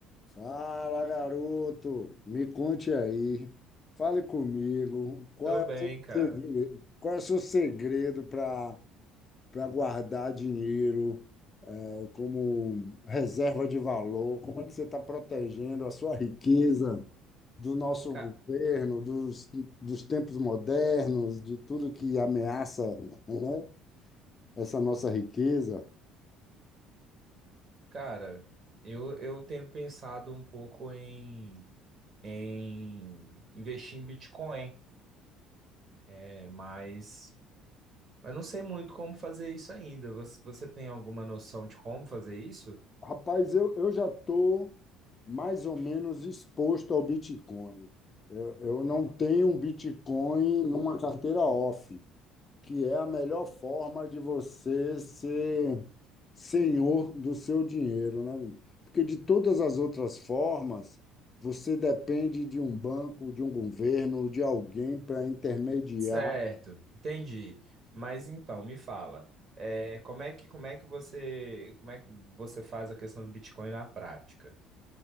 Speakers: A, on the left; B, on the right.
A: Fala, garoto. Me conte aí. Fale comigo. Qual
B: Tô
A: é
B: bem,
A: o seu
B: cara.
A: segredo, qual é o seu segredo para para guardar dinheiro eh, como reserva de valor? Como é que você está protegendo a sua riqueza do nosso
B: Ca-
A: governo, dos, dos tempos modernos, de tudo que ameaça, né, essa nossa riqueza?
B: cara, eu, eu tenho pensado um pouco em, em investir em Bitcoin, é, mas eu não sei muito como fazer isso ainda. Você, você tem alguma noção de como fazer isso?
A: Rapaz, eu, eu já estou mais ou menos exposto ao Bitcoin. Eu, eu não tenho um Bitcoin numa carteira off, que é a melhor forma de você ser senhor do seu dinheiro, né? Porque de todas as outras formas, você depende de um banco, de um governo, de alguém para intermediar
B: Certo, entendi. Mas então, me fala, é, como é que, como é que você, como é que você faz a questão do Bitcoin na prática?